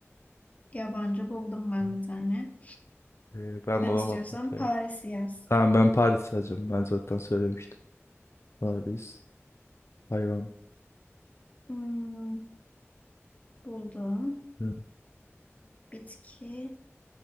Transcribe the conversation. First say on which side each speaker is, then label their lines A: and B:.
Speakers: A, on the left; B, on the left.
A: Yabancı buldum ben
B: P.
A: bir tane.
B: P. Ben
A: Sen
B: bulamadım
A: istiyorsan
B: P.
A: Paris'i yaz.
B: Tamam ben Paris yazacağım. Ben zaten söylemiştim. Paris. Hayvan.
A: Hmm, buldum.
B: Hı,
A: Bitki.